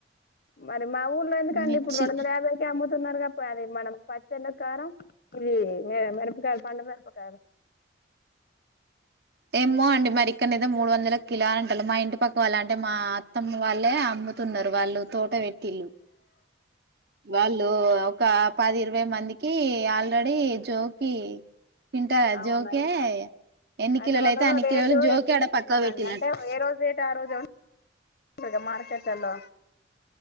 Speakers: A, on the left; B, on the right.
A: మరి మా ఊర్లో ఎందుకు కండి
B: మిర్చి
A: ఇప్పుడు రెండు వందల యాబై కె అమ్ము తున్నారుగా మరి మనం పచ్చళ్ళ కారం ఇది ఇ మె మిరపక పండు మిరపకాయలు
B: ఏమ్మో అండి మరి ఇక్కనైయితే మూడు వందల కిలో అంటళ్ళు మా ఇంటి పక్క వాలంటే మా అత్తమ వాళ్ళే అమ్ముతున్నారు వాళ్ళు తోట పెట్టిల్లు వాళ్ళు ఒక పది ఇరవై మందికి ఆల్రెడీ జోకి కింటారా
A: అవునా
B: జోకే ఎన్ని
A: అయితే
B: కిలోలు
A: వాళ్లు
B: అన్ని
A: రేటు
B: కిలోలు జోకి
A: ఎక్కువ
B: ఆడ
A: తీస్తున్నారండి
B: పక్క పెట్టిళ్ళట
A: అంటే ఏ రోజు రేటు ఆ రోజే ఈడ మార్కెట్లలో